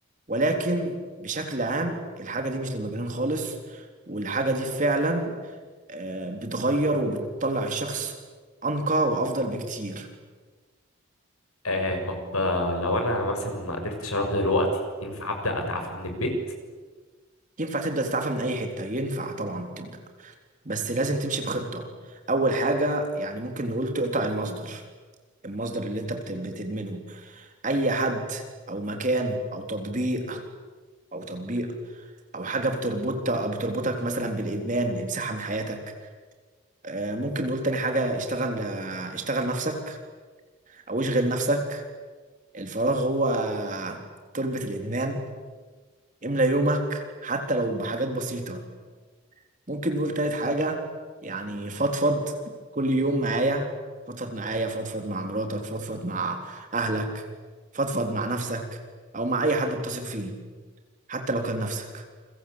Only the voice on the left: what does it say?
آه طب آه، لو انا مثلا ما قدرتش اروح دلوقتي ينفع ابدأ اتعافى من البيت